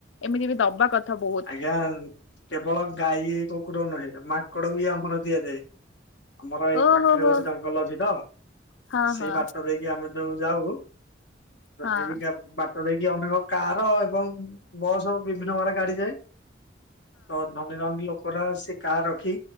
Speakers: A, on the left; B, on the left.
A: ଏମିତି ବି ଦବା କଥା ବହୁତ୍।
B: ଜ୍ଞା କେବଳ ଗାଈ କୁକୁରକୁ ନୁହେଁ। ମାଙ୍କଡକୁ ବି ଆମର ଦିଆଯାଏ। ଆମର ଏଇ
A: ଓହୋ
B: ପାଖରେ
A: ହୋ
B: ଗୋଟେ ଜଙ୍ଗଲ ଅଛି ତ
A: ହଁ
B: ସେଇ
A: ହଁ
B: ବାଟ ଦେଇ- କିଆମେ ଯୋଉ ଯାଉ
A: ହଁ
B: ଏମିତିକା
A: ହଁ।
B: ବା- ତ ଦେଇକି ଅନେକ କାର ଏବଂ ବସ୍ ବିଭିନ୍ନ ପ୍ରକାର ଗାଡି ଯାଏ। ତ ଧନୀରନୀ ଲୋକର ସେ କାର ରଖି